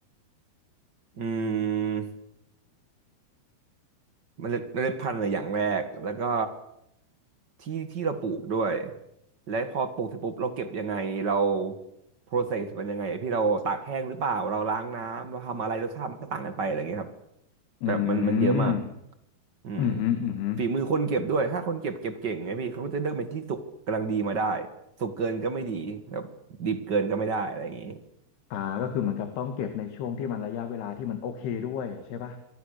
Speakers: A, on the right; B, on the left.
A: อืมเมล็ดเมล็ดพันธุ์อะอย่างแรกแล้วก็ที่ที่เราปลูกด้วยและพอปลูกเสร็จปุ๊บเราเก็บยังไงเราโปรเซสมันยังไงพี่เราตากแห้งหรือเปล่าเราล้างน้ำเราทำอะไรรสชาติมันก็ต่างกันไปอะไรอย่างเงี้ยครับ
B: อืม
A: แบบมันมันเยอะมากอืม
B: อืมอืมอืมฮึ
A: ฝีมือคนเก็บด้วยถ้าคนเก็บเก็บเก่งไงพี่เขาก็จะเลือกเป็นที่สุกกำลังดีมาได้สุกเกินก็ไม่ดีแบบดิบเกินก็ไม่ได้อะไรอย่างงี้
B: อ่าก็คือเหมือนกับต้องเก็บในช่วงที่มันระยะเวลาที่มันโอเคด้วยใช่ป่ะ